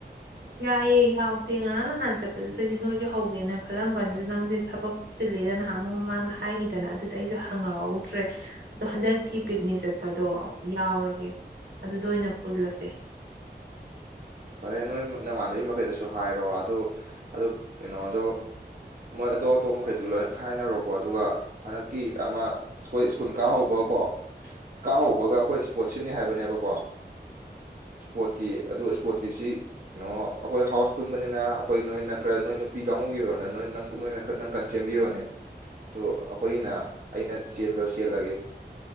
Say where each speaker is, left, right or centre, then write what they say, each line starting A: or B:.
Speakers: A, on the right (about 80°); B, on the right (about 50°).
A: ꯌꯥꯏꯌꯦ ꯌꯥꯎꯁꯦ ꯉꯔꯥꯡ ꯅꯍꯥꯟꯅ ꯆꯠꯄꯗꯨꯁꯨ ꯅꯣꯏꯁꯦ ꯍꯧꯒꯦꯅ ꯈꯜꯂꯝꯕꯅꯤꯗ ꯅꯪꯁꯦ ꯊꯕꯛ ꯆꯤꯜꯂꯦꯗ ꯅꯍꯥꯟꯃꯨꯛ ꯃꯃꯥꯡꯗ ꯍꯥꯏꯈꯤꯗꯅ ꯑꯗꯨꯗ ꯑꯩꯁꯨ ꯍꯪꯉꯛꯍꯧꯗ꯭ꯔꯦ ꯑꯗꯣ ꯍꯟꯗꯛꯀꯤ ꯄꯤꯛꯅꯤꯛ ꯆꯠꯄꯗꯣ ꯌꯥꯎꯔꯒꯦ ꯑꯗꯨꯗ ꯑꯣꯏꯅ ꯄꯨꯜꯂꯁꯦ
B: ꯐꯔꯦ ꯅꯣꯏ ꯅꯃꯥꯟꯅꯕꯤ ꯃꯈꯩꯗꯁꯨ ꯍꯥꯏꯔꯣ ꯑꯗꯨ ꯑꯗꯨ ꯀꯩꯅꯣꯗꯣ ꯃꯣꯏ ꯑꯇꯣꯞ ꯑꯇꯣꯞꯄ ꯃꯈꯩꯗꯨ ꯂꯣꯏꯅ ꯈꯥꯏꯅꯔꯣꯀꯣ ꯑꯗꯨꯒ ꯍꯟꯗꯛꯀꯤ ꯑꯃ ꯑꯩꯈꯣꯏ ꯁ꯭ꯀꯨꯜ ꯀꯥꯍꯧꯕꯀꯣ ꯀꯥꯍꯧꯕꯒ ꯑꯩꯈꯣꯏ ꯏꯁꯄꯣꯔꯠ ꯁꯤꯟꯅꯤ ꯍꯥꯏꯕꯅꯦꯕꯀꯣ ꯏꯁꯄꯣꯔꯠꯀꯤ ꯑꯗꯣ ꯏꯁꯄꯣꯔꯠꯀꯤꯁꯤ ꯀꯩꯅꯣ ꯑꯩꯈꯣꯏ ꯍꯥꯎꯁ ꯄꯨꯟꯕꯅꯤꯅ ꯑꯩꯈꯣꯏ ꯅꯣꯏꯅ ꯈꯔ ꯅꯣꯏ ꯅꯨꯄꯤ ꯀꯥꯡꯕꯨꯒꯤꯔꯣꯅ ꯅꯣꯏ ꯅꯪ ꯅ‌ꯣꯏꯅ ꯈꯔ ꯅꯪꯈꯔ ꯆ‌ꯦꯟꯕꯤꯔꯣꯅꯦ ꯑꯗ‌ꯣ ꯑꯩꯈꯣꯏꯅ ꯑꯩꯅ ꯆꯦꯟꯕ ꯆꯦꯜꯂꯒꯦ